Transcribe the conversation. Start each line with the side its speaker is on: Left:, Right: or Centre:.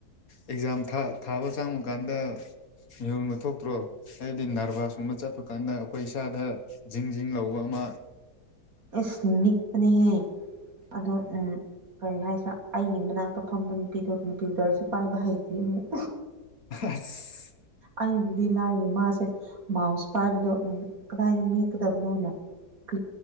Left: ꯑꯦꯛꯖꯥꯝ ꯊꯥꯕ ꯆꯪꯕ ꯀꯥꯟꯗ ꯃꯤꯍꯣꯟꯕ ꯊꯣꯛꯇ꯭ꯔꯣ ꯍꯥꯏꯕꯗꯤ ꯔꯚꯁꯀꯨꯝꯕ ꯆꯠꯄ ꯀꯥꯟꯗ ꯑꯩꯈꯣꯏ ꯏꯁꯥꯗ ꯖꯤꯡ ꯖꯤꯡ ꯂꯧꯕ ꯑꯃ ꯍꯣꯏ
Right: ꯏꯁꯁ ꯅꯤꯛꯄꯅꯦꯍꯦ ꯑꯗꯣ ꯎꯝ ꯀꯔꯤ ꯍꯥꯏꯁꯤ ꯑꯩꯒꯤ ꯃꯅꯥꯛꯇ ꯐꯝꯕ ꯅꯨꯄꯤꯗꯣ ꯀꯝꯄ꯭ꯌꯨꯇꯔꯁꯨ ꯄꯥꯏꯕ ꯍꯩꯇꯗꯤ ꯑꯃꯨꯛ
Left: ꯑꯁ
Right: ꯑꯩꯕꯨꯗꯤ ꯂꯥꯏ ꯏꯃꯁꯦ ꯃꯥꯁ ꯄꯥꯏꯕꯨꯗ ꯎ ꯀꯗꯥꯏꯗ ꯃꯦꯛꯀꯗꯕꯅꯣꯅ ꯀ꯭ꯛ